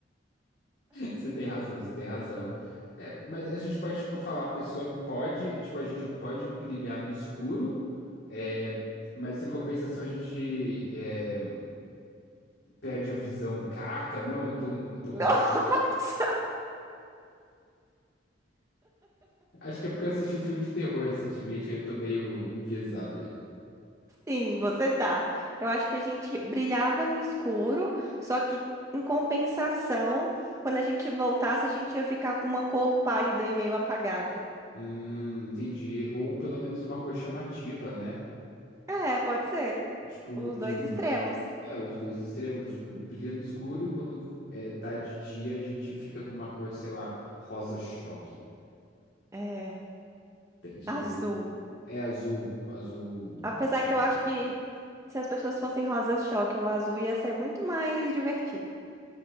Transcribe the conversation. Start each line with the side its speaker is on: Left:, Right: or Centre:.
Left: Você tem razão, você tem razão. É, mas a gente pode, tipo, falar, a pessoa pode, tipo, a gente pode brilhar no escuro, é, mas em compensação a gente é, perde a visão. Caraca, não, eu tô, eu tô
Right: Nossa,
Left: muito.
Right: <laughs>
Left: Acho que é porque eu assisti um filme de terror recentemente, aí eu tô meio enviesado aí.
Right: sim, você tá. Eu acho que a gente brilhava no escuro, só que em compensação, quando a gente voltasse, a gente ia ficar com uma cor pálida e meio apagada.
Left: Hum, entendi. Ou pelo menos uma cor chamativa, né?
Right: É, pode ser.
Left: Tipo, um,
Right: Os dois extremos.
Left: um- É, os dois extremos, tipo, brilha no escuro e quando é, tá de dia a gente fica com uma cor, sei lá, rosa choque.
Right: É,
Left: Tenso,
Right: azul.
Left: viu? É azul, azul
Right: Apesar
Left: super
Right: que eu acho
Left: brilho.
Right: que se as pessoas fossem rosas choque ou azul, ia ser muito mais divertido.